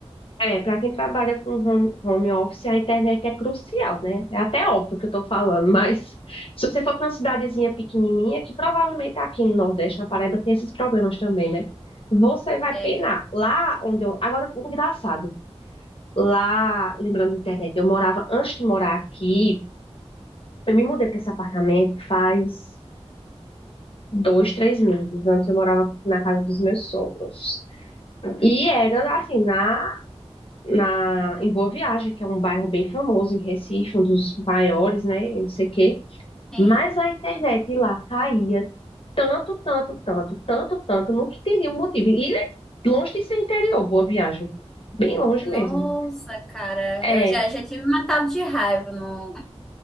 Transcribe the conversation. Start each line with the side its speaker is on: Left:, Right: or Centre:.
Left: É, para quem trabalha com home, home office, a internet é crucial, né? É até óbvio que eu tô falando, mas se você for para uma cidadezinha pequenininha, que provavelmente tá aqui no Nordeste, na Paraíba, tem esses problemas também, né? Você vai
Centre: É,
Left: penar. Lá onde eu. Agora, engraçado. Lá, lembrando da internet, eu morava, antes de morar aqui, eu me mudei para esse apartamento faz dois, três meses. Antes eu morava na casa dos meus sogros. E era assim, na, na, em Boa Viagem, que é um bairro bem famoso em Recife, um dos maiores, né? Não sei o quê.
Centre: Ei,
Left: Mas a internet lá caía tanto, tanto, tanto, tanto, tanto, não que teria um motivo. E é longe de ser interior, Boa Viagem. Bem longe
Centre: nossa,
Left: mesmo.
Centre: cara,
Left: É.
Centre: eu já, já tive matado de raiva no